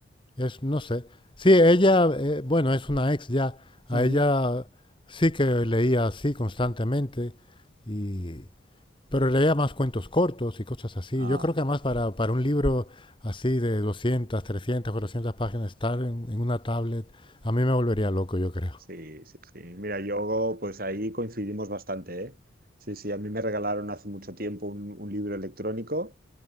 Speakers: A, on the left; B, on the right.
A: es, no sé. Sí, ella, eh, bueno, es una ex ya, a
B: Ujú.
A: ella sí que leía así constantemente, y, pero leía más cuentos cortos y cosas así.
B: Ah,
A: Yo creo que además para, para un libro así de 200 300 400 páginas, estar en, en una tablet, a mí me volvería loco, yo creo.
B: sí, sí, sí. Mira, yo pues ahí coincidimos bastante, ¿eh? Sí, sí, a mí me regalaron hace mucho tiempo un, un libro electrónico